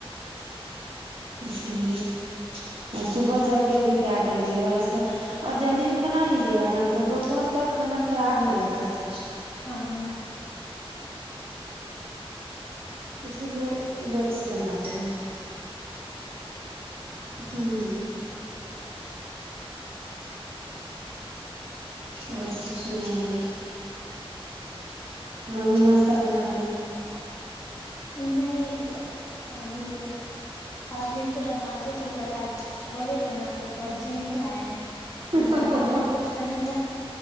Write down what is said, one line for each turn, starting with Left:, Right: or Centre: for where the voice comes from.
Right: اسی لیے اور صبح جاگکے بھی کیا کریں گے وہ آج کل اور جلدی بھی بنا لیجیے گا نا تو دوپہر تک کھانا خراب ہو جاتا ہے
Left: ہاں
Right: اسی لیے لیٹ سے بناتے ہیں ہوں اور سب سنائیے ممی ناشتہ بنا رہی ہیں
Left: نہیں ابھی تو اور دن تو بناتی تھی بٹ آج بولے تھے نا اصل سبزی نی آیا ہے
Right: ہیں
Left: گھر والا ہی کچھ بنے گا